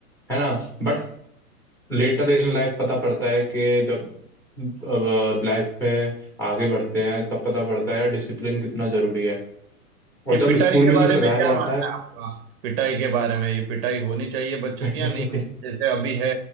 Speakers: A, in the centre; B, on the right.
A: है ना बट लेटर इन लाइफ पता पड़ता है कि जब अब लाइफ में आगे बढ़ते हैं तब पता पड़ता है यार डिसिप्लिन कितना जरूरी है और
B: ये
A: जब
B: पिटाई
A: स्कूल
B: के
A: में
B: बारे
A: जो सिखाया
B: में क्या
A: जाता
B: मानना
A: है
B: है आपका पिटाई के बारे में ये पिटाई होनी चाहिए बच्चों
A: <laughs>
B: की या नहीं होनी चाहिए जैसे अभी है